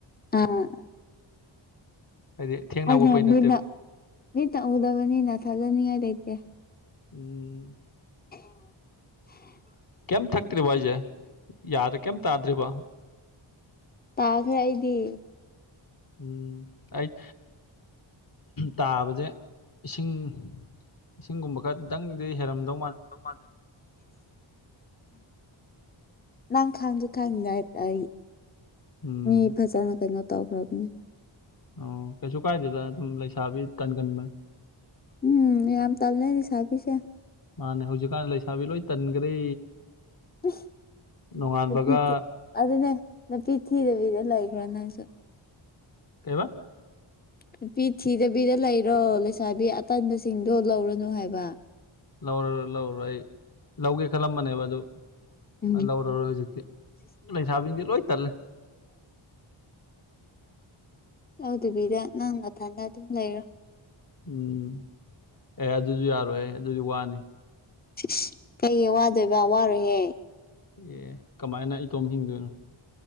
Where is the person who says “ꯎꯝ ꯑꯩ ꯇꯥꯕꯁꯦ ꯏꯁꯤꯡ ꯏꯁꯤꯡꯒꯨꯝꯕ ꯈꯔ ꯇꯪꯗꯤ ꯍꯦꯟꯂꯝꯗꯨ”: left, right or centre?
Left